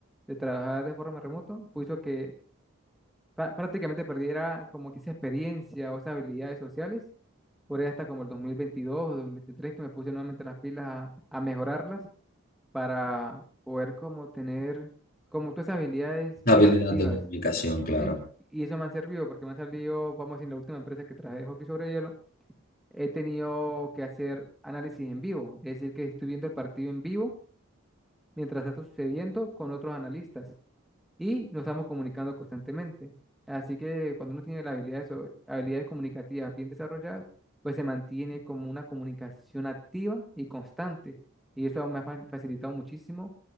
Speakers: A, in the centre; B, on the left.
A: de trabajar de forma remoto, puso que prá- prácticamente perdiera como que esa experiencia o esas habilidades sociales, por ahí hasta como el 2022 o dos mil veintitrés que me puse nuevamente las pilas a, a mejorarlas para poder como tener como todas esas habilidades
B: Habilidad
A: bien activas,
B: de comunicación, claro.
A: ¿sí? Y eso me han servido porque me han salido, vamos a decir, en la última empresa que traje de hockey sobre hielo, he tenido que hacer análisis en vivo, es decir, que estoy viendo el partido en vivo mientras está sucediendo con otros analistas y nos estamos comunicando constantemente. Así que cuando uno tiene las habilidades, sobre- habilidades comunicativas bien desarrolladas, pues se mantiene como una comunicación activa y constante. Y eso me ha fa- facilitado muchísimo